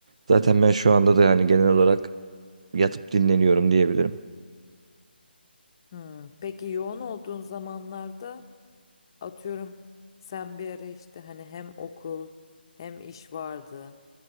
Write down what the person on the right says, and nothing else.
zaten ben şu anda da yani genel olarak yatıp dinleniyorum diyebilirim.